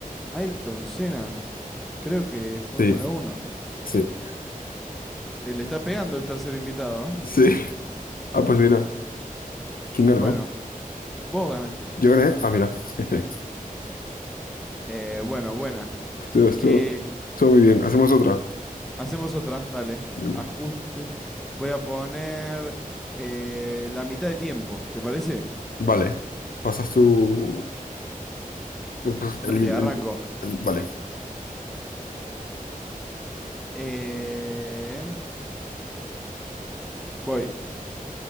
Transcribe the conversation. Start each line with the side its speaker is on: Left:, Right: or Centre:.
Centre: Ayrton Senna. Creo que Fórmula
Left: Sí,
Centre: Uno.
Left: sí,
Centre: Eh, Le está pegando el tercer invitado.
Left: sí. Ah, pues mira. ¿Quién ganó?
Centre: Bueno, vos ganaste.
Left: Yo gané. Ah, mira. <laughs>
Centre: Eh, bueno, buena.
Left: Estuvo, estuvo-
Centre: Que
Left: estuvo muy bien. Hacemos otra.
Centre: hacemos otra, dale.
Left: Bueno,
Centre: Ajuste. Voy a poner eh, la mitad de tiempo, ¿te parece?
Left: Vale. Pasas tú. eh, pues,
Centre: Dale,
Left: el- el-
Centre: arranco.
Left: el- vale.
Centre: Eh, voy.